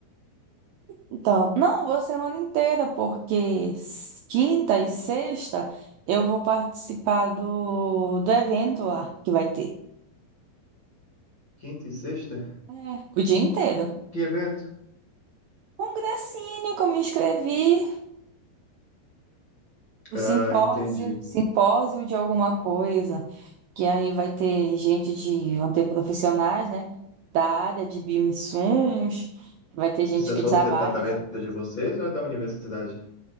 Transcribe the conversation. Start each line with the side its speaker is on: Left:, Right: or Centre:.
Right: Então, não, vou a semana inteira, porque s- quinta e sexta eu vou participar do, do evento lá que vai ter.
Left: Quinta e sexta?
Right: É, o dia inteiro.
Left: Que evento?
Right: Congressinho que eu me inscrevi, o
Left: Ah,
Right: simpósio,
Left: entendi.
Right: simpósio de alguma coisa, que aí vai ter gente de, vão ter profissionais, né, da área de bioinsumos, vai ter gente
Left: Isso é
Right: que
Left: só
Right: trabalha
Left: do departamento
Right: já.
Left: de vocês ou é da universidade?